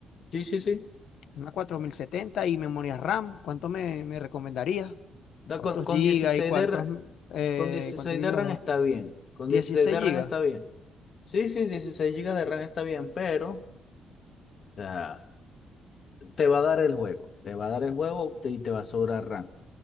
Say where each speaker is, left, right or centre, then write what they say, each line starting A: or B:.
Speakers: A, on the left; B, on the left.
A: Sí, sí, sí.
B: Una 4070 y memoria RAM. ¿Cuánto me, me recomendaría?
A: Da
B: ¿Cuántos
A: con, con
B: gigas
A: 16
B: y cuántos,
A: de, r-
B: eh,
A: con dieciséis
B: cuántos gigas
A: de RAM
B: de RAM?
A: está bien. Con
B: 16
A: 16 de
B: gigas,
A: RAM está bien. Sí, sí, dieciséis gigas de RAM está bien, pero o sea, te va a dar el juego. Te va a dar el juego y te va a sobrar RAM.